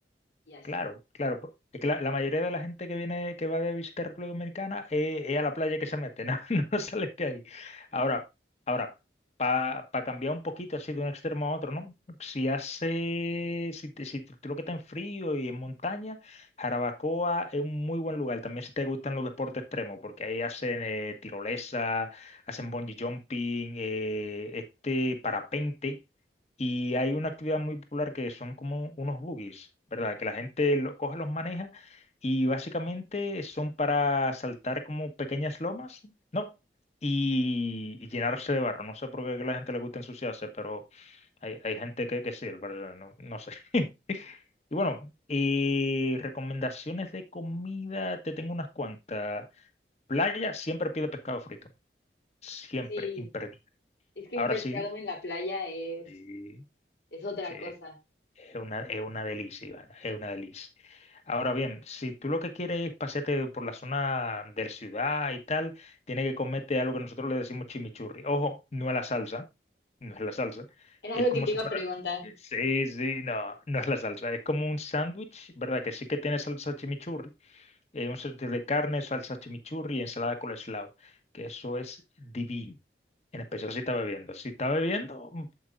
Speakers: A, on the left; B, on the left.
A: y así.
B: Claro, claro. pues, Es que la, la mayoría de la gente que viene, que va de visita a República Dominicana, eh, es a la playa que se mete, <laughs> no, no sale de ahí. Ahora, ahora, para cambiar un poquito así de un extremo a otro, ¿no? Si hace, si, te- si tú tú lo que está en frío y en montaña, Jarabacoa es un muy buen lugar. También si te gustan los deportes extremos, porque ahí hacen eh, tirolesa, hacen bungee jumping, eh, este parapente. Y hay una actividad muy popular que son como unos buggies, ¿verdad? Que la gente lo coge, los maneja y básicamente son para saltar como pequeñas lomas, ¿no? Y, y llenarse de barro. No sé por qué a la gente le gusta ensuciarse, pero hay, hay gente que, que sí, ¿verdad? No, no sé. <laughs> Y bueno, eh, recomendaciones de comida, te tengo unas cuantas. Playa, siempre pide pescado frito. Siempre,
A: Sí,
B: imperdible.
A: es que
B: Ahora
A: el pescado
B: sí.
A: en la playa es,
B: Sí,
A: es otra
B: sí,
A: cosa.
B: Es una, es una delicia, Ivana, es una delicia. Ahora bien, si tú lo que quieres es pasearte por la zona de la ciudad y tal, tienes que comerte algo que nosotros le decimos chimichurri. Ojo, no es la salsa, no es la salsa.
A: Era
B: Es
A: lo
B: como
A: que te
B: si
A: iba
B: fuera...
A: a preguntar.
B: Sí, sí, no, no es la salsa. Es como un sándwich, ¿verdad? Que sí que tiene salsa chimichurri. eh, un sándwich de carne, salsa chimichurri y ensalada coleslaw. Que eso es divino. En especial si está bebiendo. Si está bebiendo, mm,